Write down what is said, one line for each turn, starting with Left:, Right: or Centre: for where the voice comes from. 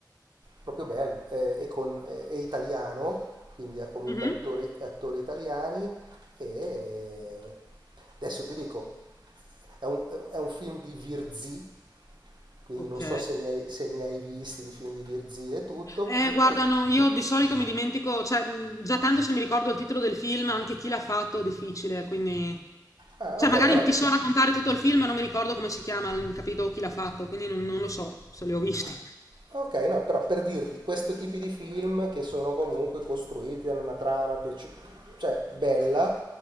Right: proprio bello, eh, e con, eh, è italiano, quindi ha comunque
Left: mhm,
Right: attori, attori italiani e eh, adesso ti dico, è un, è un film di Virzi, quindi
Left: Ok.
Right: non so se ne hai, se ne hai visti di film di Virzi e tutto,
Left: Eh, guarda,
Right: ti-
Left: no, io di solito mi dimentico, cioè, mh, già tanto se mi ricordo il titolo del film, anche chi l'ha fatto, difficile, quindi...
Right: ah,
Left: Cioè,
Right: ok,
Left: magari
Right: però,
Left: ti so raccontare tutto il film, ma non mi ricordo come si chiama, il- capito chi l'ha fatto, quindi non, non lo so se li ho visti.
Right: ok, no, però per dirti, questo tipo di film che sono comunque costruiti, hanno una trama, piaci- cioè bella,